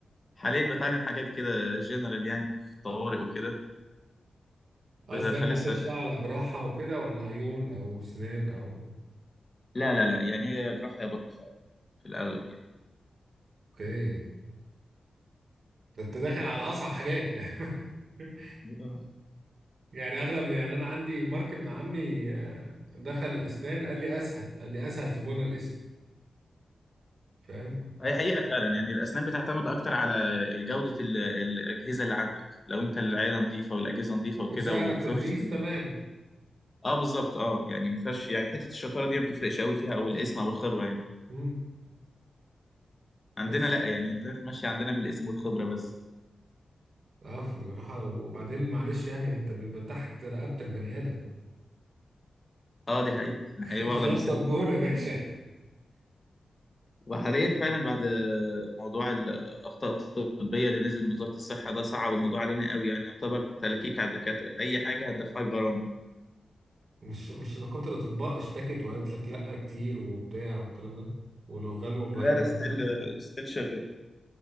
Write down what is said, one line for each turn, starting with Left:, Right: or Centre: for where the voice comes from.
Left: بتعلم حاجات كده جنرال يعني في طوارئ وكده
Right: قصدي
Left: فلسه
Right: يعني هتخش بقى على جراحة وكده ولا عيون أو أسنان أو
Left: لا لا لا يعني هي جراحة يا بطن فعلا في الأغلب يعني
Right: أوكي ده أنت داخل على أصعب حاجات يعني <laughs>
Left: آه.
Right: يعني أغلب يعني أنا عندي مارك ابن عمي آه، دخل أسنان قال لي أسهل قال لي أسهل في بناء الاسم فاهم
Left: هي حقيقة فعلا يعني الأسنان بتعتمد أكتر على جودة ال- الأجهزة اللي عندك لو أنت العيادة نظيفة والأجهزة نظيفة وكده
Right: وسعرك
Left: وفرصة
Right: رخيص تمام
Left: أه بالظبط أه يعني ما فيهاش يعني حتة الشطارة دي ما بتفرقش قوي فيها أو الاسم أو الخبرة يعني
Right: مم.
Left: عندنا
Right: بس
Left: لا يعني الدراسة ماشية عندنا بالاسم والخبرة بس
Right: اه في الجراحة وبعدين معلش يعني انت بيبقى تحت رقبتك بني ادم
Left: اه دي حقيقة
Right: <laughs>
Left: هي
Right: الغلطة
Left: الوضع مش سهل
Right: بجون يا باشا
Left: وحاليا فعلا بعد موضوع الأخطاء الطبية اللي نزل من وزارة الصحة ده صعب الموضوع علينا قوي يعني يعتبر تلكيك على الدكاترة أي حاجة هتدفعك غرامة
Right: <laughs> مش مش نقابة الاطباء اشتكت وقالت لك لا كتير وبتاع والكلام ده ولو غلوا
Left: لا
Right: غيروا
Left: لا
Right: القانون
Left: ستيل
Right: ده
Left: ستيل شغال